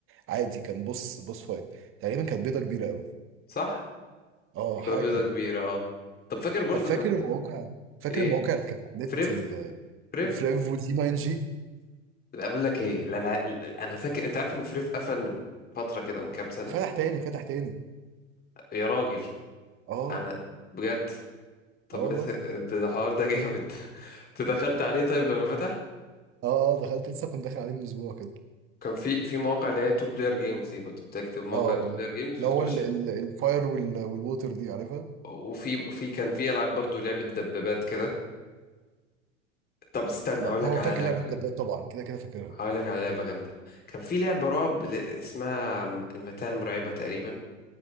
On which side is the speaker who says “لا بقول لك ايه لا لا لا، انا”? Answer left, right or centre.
Left